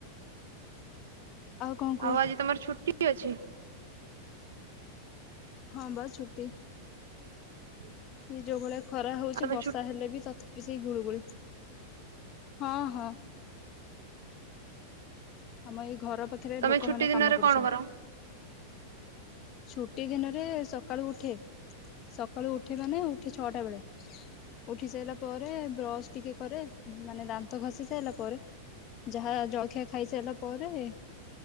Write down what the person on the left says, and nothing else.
କଣ କୁହ
ହଁ ବା ଛୁଟି।
ଇଏ ଯୋଉ ଭଳିଆ ଖରା ହଉଛି
ବର୍ଷା
ହେଲେ ବି ତଥାପି ସେଇ ଗୁଳୁଗୁଳି ହଁ ହଁ। ଆମ ଏଇ ଘର ପାଖରେ
ଲୋକମାନେ
କାମ କରୁଛନ୍ତି।
ଛୁଟି ଦିନରେ ସକାଳୁ ଉଠେ ସକାଳୁ ଉଠେ ମାନେ ଉଠେ ଛଅଟା ବେଳେ। ଉଠି ସାଇଲା ପରେ ବ୍ରସ ଟିକେ କରେ ମାନେ ଦାନ୍ତ ଘସି ସାଇଲା ପରେ। ଯାହା ଜଳଖିଆ ଖାଇ ସାରିଲା ପରେ।